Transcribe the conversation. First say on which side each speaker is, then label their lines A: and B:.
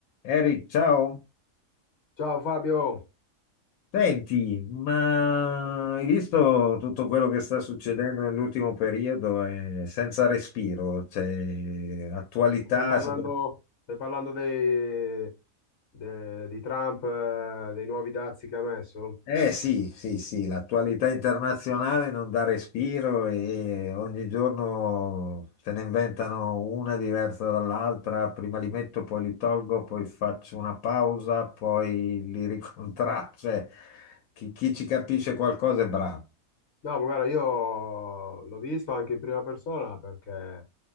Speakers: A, on the left; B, on the left.
A: Eric, ciao.
B: Ciao Fabio,
A: Senti, ma hai visto tutto quello che sta succedendo nell'ultimo periodo? È senza respiro, cioè attualità.
B: stai parlando,
A: sopra-
B: stai parlando dei- de- di Trump, eh, dei nuovi dazi che ha messo?
A: Eh sì, sì, sì, l'attualità internazionale non dà respiro e ogni giorno se ne inventano una diversa dall'altra. Prima li metto, poi li tolgo, poi faccio una pausa, poi li <laughs> ricontraccio. Cioè, chi chi ci capisce qualcosa è bravo.
B: No, ma guarda, io l'ho visto anche in prima persona perché